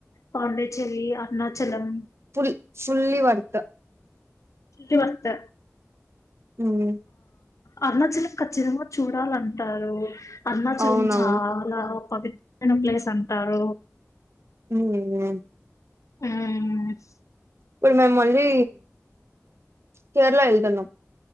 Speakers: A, on the left; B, on the right.
A: Pondicherry, Arunachalam
B: full fully worth
A: చి పత <unintelligible>
B: హమ్
A: అరుణాచలం ఖచ్చితంగా చూడాలంటారు అరుణాచలం
B: అవునవును
A: చాలా పవిత్రమైన ప్లేస్ అంటారు
B: హ <unintelligible>
A: హమ్ హ్
B: ఇప్పుడు మేము మళ్ళీ కేరళ వెళ్తున్నాం